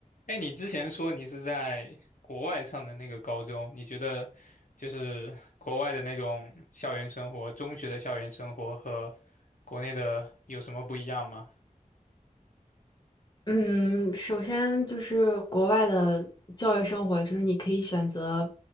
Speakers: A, on the left; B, on the left.
A: 哎，你之前说你是在国外上的那个高中，你觉得就是国外的那种校园生活，中学的校园生活和国内的有什么不一样吗？
B: 嗯，首先就是国外的教育生活，就是你可以选择，